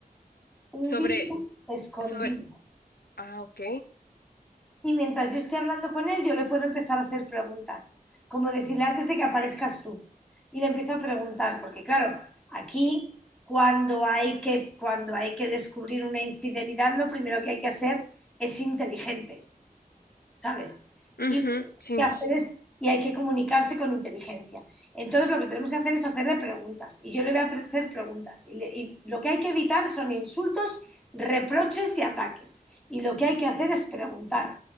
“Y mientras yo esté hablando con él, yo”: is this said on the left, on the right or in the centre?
Centre